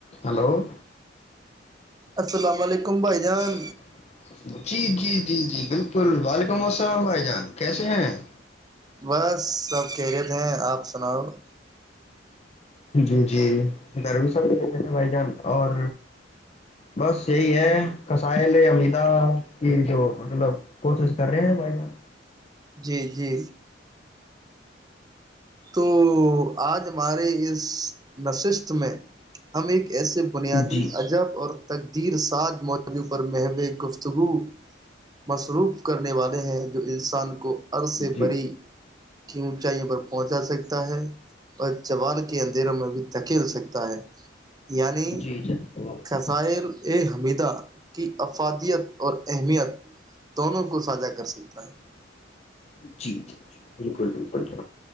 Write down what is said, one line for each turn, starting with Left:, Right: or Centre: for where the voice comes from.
Left: hello <unintelligible>
Right: السلام علیکم <inaudible>
Left: جی
Right: جان
Left: جی مم جی جی بالکل وعلیکم السلام بھائی جان کیسے ہیں <unintelligible>
Right: بس سب کہہ رہے تھ ہیں آپ سناؤ
Left: جی جی گرمی س بھی ل گئے تھے بھائی جان اور بس یہی ہے کسائل امیدا کی جو مطلب کوشش کر رہے ہیں بھائی جان
Right: جی جی تو آج ہمارے اس نشست میں ہم ایک <unintelligible> ایسے بنیادی
Left: جی
Right: عجب اور ت <unintelligible> تیر سج موضوع پر محو گفتگو مصروف کرنے والے ہیں جو انسان کو <unintelligible> ار سے
Left: جی
Right: بھری کی اونچائیوں پر <unintelligible> پہنچا سکتا ہے <unintelligible> اور چوال کے اندروں میں بھی تک <unintelligible> کھیل سکتا ہے <unintelligible> یعنی
Left: جی جناب
Right: قصائل ا حمیدہ کی افادیت اور اہمیت <unintelligible> دونوں کو ساھا کر سکتا ہے
Left: جی جی ج بالکل بالکل